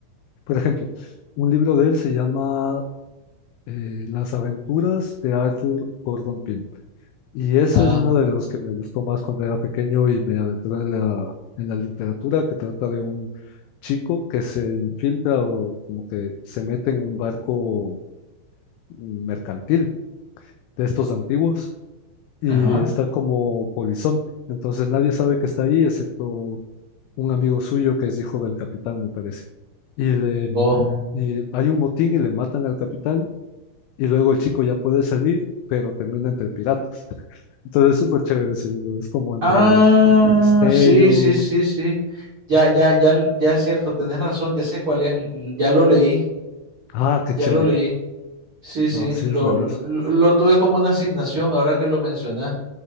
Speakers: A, on the left (about 85°); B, on the right (about 80°).
A: Por ejemplo, un libro de él se llama eh, Las aventuras de Arthur Gordon Pym. Y ese
B: Ah,
A: es uno de los que me gustó más cuando era pequeño y me adentré en la, en la literatura, que trata de un chico que se infiltra o como que se mete en un barco mercantil de estos antiguos y
B: ajá,
A: está como polizonte. Entonces nadie sabe que está ahí excepto un amigo suyo que es hijo del capitán, me parece. Y le...
B: oh.
A: Y hay un motín y le matan al capitán y luego el chico ya puede salir, pero termina entre piratas. <laughs> Entonces es súper chévere ese libro, es como entre
B: Ah,
A: misterio.
B: sí, sí, sí, sí. Ya, ya, ya, ya es cierto, tenés razón, ya sé cuál es, l- ya lo leí,
A: Ah, qué chévere.
B: ya lo leí. Sí, sí,
A: No, sí,
B: lo,
A: es buenazo.
B: lo, lo tuve como una asignación ahora que lo mencionás.